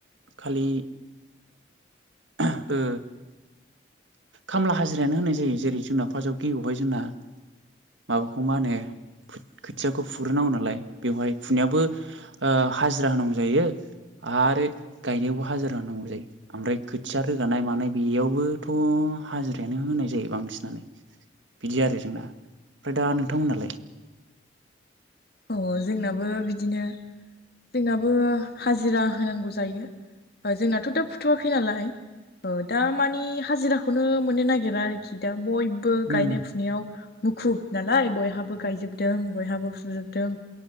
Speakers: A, on the right (about 80°); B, on the left (about 55°).
A: खालि ओ खामला हाजिरायानो होनाय जायो जेरै जोंना फार्स्टआव गिबियाव जोंना माबाखौ मा होनो खोथियाखौ फुग्रोनांगौ नालाय बेवहाय फुनायावबो हाजिरा होनांगौ जायो आरो गायनायावबो हाजिरा होनांगौ जायो ओमफ्राय खोथिया रोगानाय मानाय बेयावबो थ' हाजिरायानो होनाय जायो बांसिनानो बिदि आरो जोंना ओमफ्राय दा नोंथांमोननालाय
B: अ जोंनाबो बिदिनो जोंनाबो हाजिरा होनांगौ जायो जोंनाथ' दा फुथ'वाखै नालाय दा मानि हाजिराखौनो मोननो नागिरा आरोखि दा बयबो बो
A: उम
B: गायनाय फुनायाव मुखुब नालाय बयहाबो गायजोबदों बयहाबो फुजोबदों।